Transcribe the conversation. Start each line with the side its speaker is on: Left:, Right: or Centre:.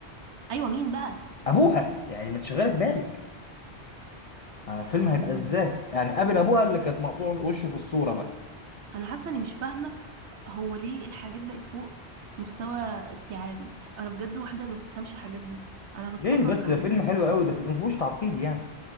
Right: ايوه مين بقى
Left: ابوها يعني ما تشغلي دماغك آه، الفيلم
Right: يا نهار
Left: هيبقى ازاي
Right: ابيض
Left: يعني قابل ابوها اللي كانت مقطوع وشه في الصوره بقى
Right: انا حاسه اني مش فاهمه هو ليه الحاجات بقت فوق مستوى استيعابي انا بجد واحده ما بتفهمش الحاجات دي انا بتفرج
Left: ليه بس
Right: على
Left: ده فيلم حلو قوي ده ما فيهوش تعقيد يعني